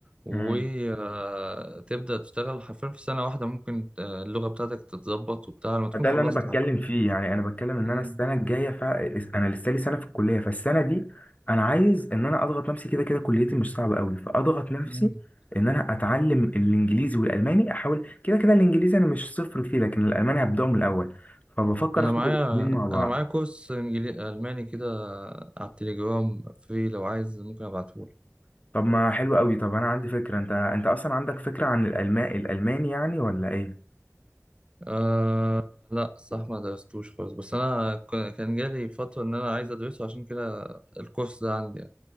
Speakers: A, on the right; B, on the left.
A: وتبدأ
B: مم.
A: تشتغل حرفيا في سنة واحدة ممكن آه، اللغة بتاعتك تتظبط وبتاع لما تكون
B: ده
A: خلصت
B: اللي انا بتكلم
A: حرفيا
B: فيه يعني انا بتكلم ان
A: مم.
B: انا السنه الجايه فع... انا لسه لي سنه في الكليه فالسنه دي انا عايز ان انا اضغط نفسي كده كده كليتي مش صعبه قوي فاضغط نفسي
A: مم.
B: ان انا اتعلم الانجليزي والالماني احاول كده كده الانجليزي انا مش صفر فيه لكن الالماني هبداه من الاول فبفكر
A: انا
B: اخد
A: معايا
B: الاثنين مع بعض
A: انا معايا كورس انجليزي الماني كده على التليجرام فري لو عايز ممكن ابعتهولك
B: طب ما حلو قوي طب انا عندي فكره انت انت اصلا عندك فكره عن الالماني الالماني يعني ولا ايه
A: أه لا صح ما درستوش خالص بس انا ك- كان جالي فترة ان انا عايز ادرسه عشان كده الكورس ده عندي يعني